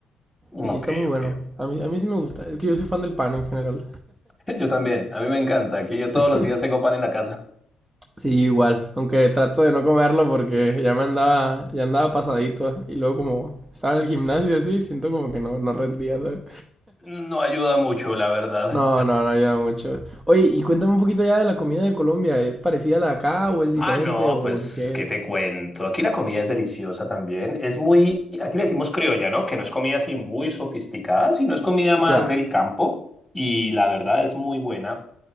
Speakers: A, in the centre; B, on the right.
A: ok,
B: Y sí
A: ok.
B: está muy bueno,
A: ok.
B: a mí, a mí sí me gusta, es que yo soy fan del pan en general.
A: <laughs> Yo también, a mí me encanta, aquí
B: Sí,
A: yo todos los días tengo pan en la casa.
B: Sí, yo igual, aunque trato de no comerlo porque ya me andaba, ya andaba pasadito y luego como estaba en el gimnasio y así, siento como que no, no rendía, ¿sabes?
A: No ayuda mucho, la verdad.
B: No, no, no ayuda mucho. Oye, y cuéntame un poquito ya de la comida de Colombia, ¿es parecida a la de acá o es diferente
A: Ah, no,
B: o
A: pues,
B: en qué?
A: ¿qué te cuento? Aquí la comida es deliciosa también. Es muy, aquí le decimos criolla, ¿no? Que no es comida así muy sofisticada, sino es comida más
B: Ya,
A: del campo y la verdad es muy buena.